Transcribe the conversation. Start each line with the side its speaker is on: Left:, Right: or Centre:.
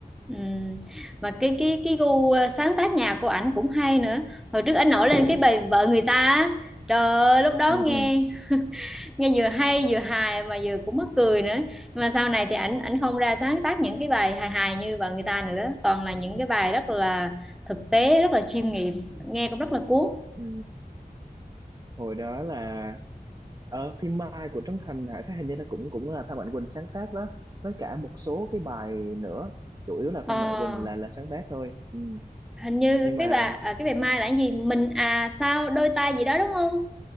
Centre: Ừ. Và cái cái cái gu ờ, sáng tác nhạc của ảnh cũng hay nữa hồi trước ảnh nổi lên cái bài vợ người ta á. trời ơi, lúc đó
Right: ừ
Centre: nghe
Right: ừ
Centre: nghe vừa hay vừa hài mà vừa cũng mắc cười nữa Nhưng mà sau này thì ảnh ảnh không ra sáng tác những cái bài hài hài như vợ người ta nữa toàn là những cái bài rất là thực tế rất là chiêm nghiệm nghe cũng rất là cuốn
Right: ừ hồi đó là ở phim Mai của Trấn Thành hả thấy hình như là cũng cũng là Phan Mạnh Quỳnh sáng tác đó với cả một số cái bài nữa chủ yếu là
Centre: Ờ,
Right: Phan Mạnh Quỳnh là là sáng tác thôi ừ.
Centre: hình như
Right: nhưng mà
Centre: cái bài à, cái bài Mai là cái gì mình à sao đôi ta gì đó đúng không